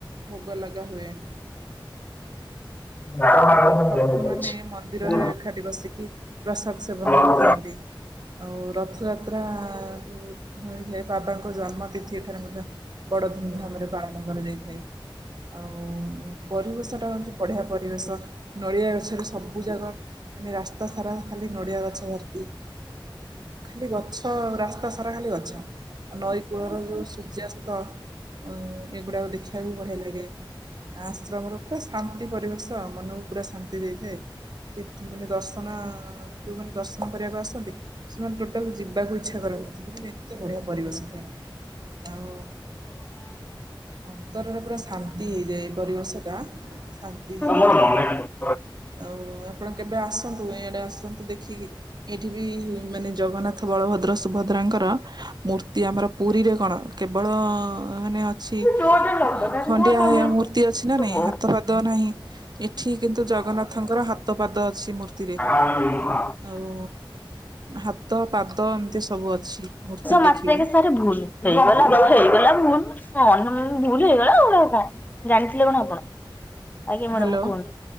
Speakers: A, on the right (about 50°); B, on the left (about 20°).
A: ଭୋଗ ଲଗା ହୁଏ।
B: ଆପଣ ମତେ
A: ତାପରେ
B: କହୁନ
A: ଭକ୍ତ
B: କେମିତି?
A: ମାନେ ମନ୍ଦିରରେଏକାଠି
B: ମୁଁ
A: ବସିକି ପ୍ରସାଦ ସେବନ
B: ଯାଉଛି
A: କରିଥାନ୍ତି। ଆଉ ରଥଯାତ୍ରାଏ ବାବାଙ୍କ ଜନ୍ମ ତିଥି ଠାରୁ ମଧ୍ୟ। ବଡ଼ ଧୁମଧାମ ରେ ପାଳନ କରାଯାଇଥାଏ। ଆଉ ପରିବେଶଟା ହେଉଛି ବଢ଼ିଆ ପରିବେଶ ନଡିଆ ଗଛରେ ସବୁ ଯାଗ ମାନେ ରାସ୍ତା ସାରା ଖାଲି ନଡିଆ ଗଛ ଭର୍ତ୍ତି ଖାଲି ଗଛ ରାସ୍ତା ସାରା ଖାଲି ଗଛ ନଈ କୂଳର ଯୋଉ ସୂର୍ଯ୍ୟାସ୍ତ ଅ ଏଗୁଡାକ ଦେଖିବାକୁ ବଢିଆ ଲାଗେ। ଆଶ୍ରମ ର ପୁରା ଶାନ୍ତି ପରିବେଶ ମନକୁ ପୁରା ଶାନ୍ତି ଦେଇଥାଏ। ମାନେ ଦର୍ଶନ ଯୋଉମାନେ ଦର୍ଶନ କରିବାକୁ ଆସନ୍ତି। ସେମାନେ ଟୋଟାଲ ଯିବାକୁ ଇଚ୍ଛା କରନ୍ତିନିଏତେ ବଢ଼ିଆ ପରିବେଶ ଥାଏ। ଆଉ ଅନ୍ତରରେ ପୁରା ଶାନ୍ତି ଶାନ୍ତି ହେଇଯାଏ ପରିବେଶ ଟା ଶାନ୍ତି ହୋଇଯାଇଥାଏ।
B: ତା ଭିତରକୁ।
A: ଆଉ ଆପଣ କେବେ ଆସନ୍ତୁ ଏଇଆଡେ ଆସନ୍ତୁ ଦେଖିକି? ଏଠି ବି ମାନେ ଜଗନ୍ନାଥ ବଳଭଦ୍ର ସୁଭଦ୍ରାଙ୍କର ମୂର୍ତ୍ତି ଆମର ପୁରୀରେ କଣ କେବଳ ମାନେ ଅଛି।
B: ତୁ ଡୋର୍ ଟା ଲକ୍ କର ନହେଲେ
A: ଖଣ୍ଡିଆ
B: ମୋର କଣ
A: ଭଳି
B: ଭୁଲ।
A: ଆ ମୂର୍ତ୍ତି ଅଛି ନା
B: ତୁ
A: ନାଇଁ
B: ବୋଉ
A: ହାତ ପାଦ ନାହିଁ। ଏଠି କିନ୍ତୁ ଜଗନ୍ନାଥଙ୍କର ହାତ ପାଦ ଅଛି ମୂର୍ତ୍ତିରେ
B: ମଣିଷ
A: ଆଉ ହାତ ପାଦ ଏମିତି ସବୁ ଅଛି ମୂର୍ତ୍ତି
B: ମାତ୍ରକେ
A: ଦେଖିବେ
B: ଭୁଲ। ହେଇଗଲା ହେଇଗଲା ଭୁଲ ଭୁଲ ହେଇଗଲା ଆଉ କଣ ଜାଣିଥିଲେ କଣ ଆପଣ? ଆଜ୍ଞା ମ୍ୟାଡ
A: ହ୍ୟାଲୋ
B: କୁହନ୍ତୁ।